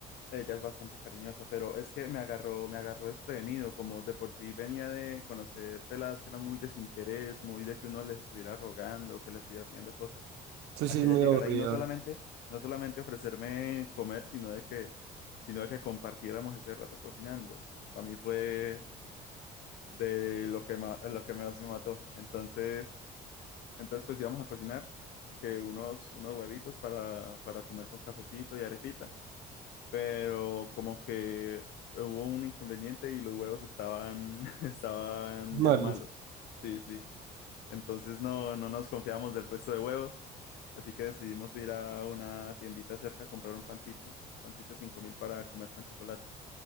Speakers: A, on the left (about 70°); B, on the right (about 85°).
A: Ella es bastante cariñosa, pero es que me agarró, me agarró desprevenido, como de por sí venía de conocer peladas que eran muy desinterés, muy de que uno les estuviera rogando, que les estuviera pidiendo cosas,
B: Eso
A: a
B: sí
A: que
B: es muy
A: ella llegara
B: aburrido
A: y no solamente,
B: ahora.
A: no solamente ofrecerme comer, sino de que, sino de que compartiéramos ese rato cocinando. Para mí fue de lo que ma- lo que más me mató. Entonces, entonces pues íbamos a cocinar, que unos, unos huevitos para, para comer con cafecito y arepita pero como que hubo un inconveniente y los huevos estaban, <laughs> estaban
B: Malos.
A: ya malos.
B: <laughs>
A: Sí, sí. Entonces no, no nos confiamos del resto de huevos, así que decidimos ir a una tiendita cerca a comprar un pancito, pancito 5000 para comer con chocolate,